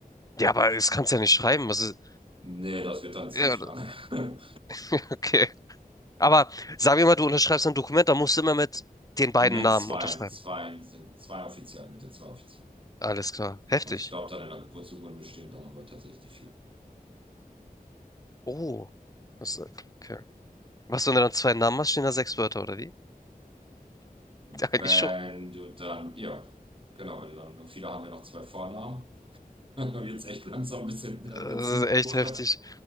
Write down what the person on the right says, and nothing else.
Nee, das wird dann ziemlich
lang. <laughs>
Mit
zwei,
zwei sind zwei offiziell, mit den zwei offiziellen.
Und ich glaube, dann in der Geburtsurkunde stehen dann aber tatsächlich die vier.
Wenn
du dann, ja, genau, wenn du dann, viele haben ja noch zwei Vornamen. <laughs> Dann wird's echt langsam ein bisschen, dann
wird's
ein Buch.